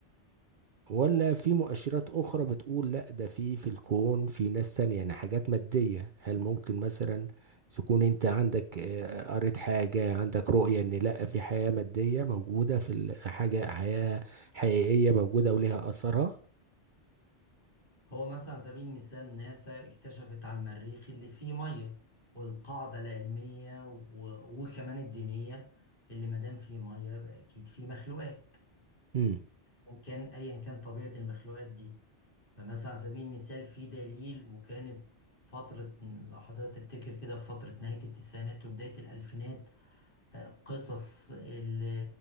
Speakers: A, on the right; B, on the left.
A: ولا في مؤشرات اخرى بتقول لا ده في في الكون في ناس تانية يعني حاجات مادية هل ممكن مثلا تكون انت عندك إيه، قريت حاجة عندك رؤية ان لا في حياة مادية موجودة في ال- حاجة حياة حقيقية موجودة وليها اثرها
B: هو مثلا على سبيل المثال ناسا اكتشفت على المريخ اللي فيه ميه والقاعده العلميه و... وكمان الدينيه اللي ما دام فيه ميه يبقى اكيد فيه مخلوقات
A: امم
B: وكان ايا كان طبيعه المخلوقات دي فمثلا على سبيل المثال في دليل وكانت فترة لو حضرتك تفتكر كده في فترة نهاية التسعينات وبداية الألفينات قصص ال-